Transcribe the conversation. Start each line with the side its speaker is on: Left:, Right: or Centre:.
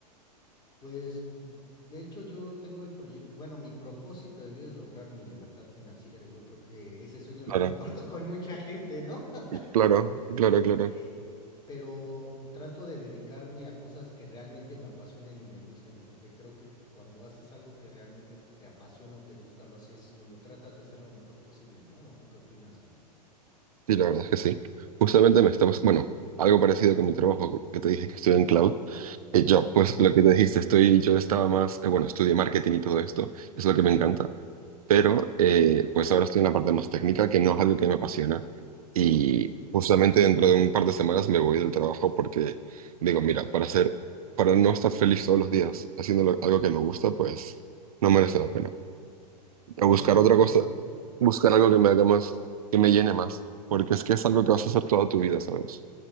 Left: Pues, de hecho, yo tengo el proyecto, bueno, mi propósito de vida es lograr mi libertad financiera. Yo creo que ese sueño
Right: Claro,
Left: lo comparto <laughs> con mucha gente, ¿no? <laughs>
Right: claro, claro, claro.
Left: Eh, pero trato de dedicarme a cosas que realmente me apasionen y me gusten, porque creo que cuando haces algo que realmente te apasiona o te gusta, lo haces o lo tratas de hacer lo mejor posible, ¿no? ¿O tú qué opinas, Emil?
Right: Sí, la verdad es que sí. Justamente me estabas, bueno, algo parecido con mi trabajo, que te dije que estoy en cloud. Y yo,
Left: Ujú,
Right: pues lo que te dijiste, estoy, yo estaba más, eh, bueno, estudié marketing y todo esto, es lo que me encanta. pero eh, pues ahora estoy en la parte más técnica, que no es algo que me apasiona. Y
Left: ujú,
Right: justamente dentro de un par de semanas me voy del trabajo porque digo, mira, para hacer, para no estar feliz todos los días haciendo lo- algo que me gusta, pues no merece la pena.
Left: Totalmente
Right: A buscar otra
Left: de acuerdo
Right: cosa,
Left: contigo, Emil.
Right: buscar algo que me haga más, que me llene más, porque es que es algo que vas a hacer toda tu vida, ¿sabes?